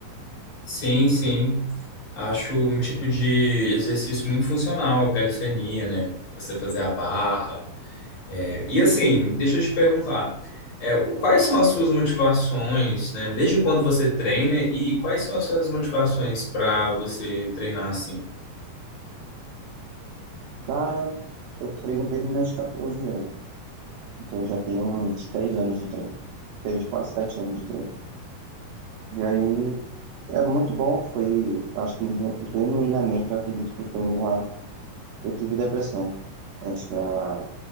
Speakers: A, on the left; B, on the right.
A: Sim, sim. Acho um tipo de exercício muito funcional, a calistenia, né? Você fazer a barra. É, E assim, deixa eu te perguntar, é, o- quais são as suas motivações, né? Desde quando você treina e quais são as suas motivações para você treinar assim?
B: Cara, eu treino desde meus 14 anos. Então eu já tenho uns 3 anos de treino. 3, quase 7 anos de treino. E aí é muito bom. Foi, acho que genu- genuinamente eu acredito que foi uma. Eu tive depressão antes da.